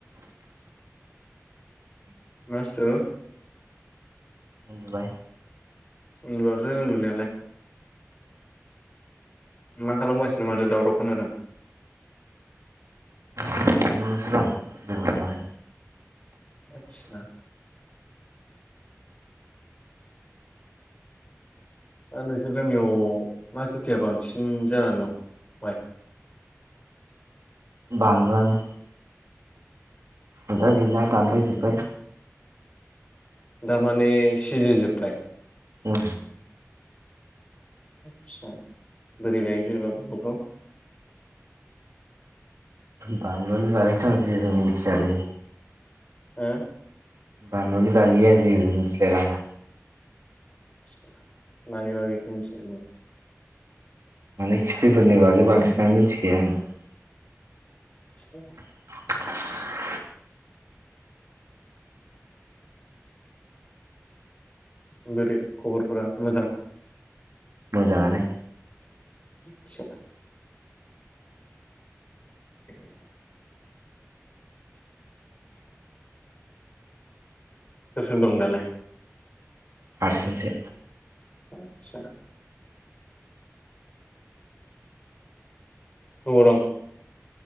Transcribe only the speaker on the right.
उन्दुबाय
उन्दुबाय नोंसो दं जेबो खालामाखै
बानलु आनो। ओमफाय गैला दानफायजोब्बाय।
उम
बानलुनि बागै आंथ जेबो मिथियालै।
बानलुनि बागै आं जेबो मिथिलाइ लांआ।
माने खिथिफोरनि बागै बांसिनानो मिथिखाया आङो ‌
<inaudible>
मोजाङ आनो‌
हारसिं सो।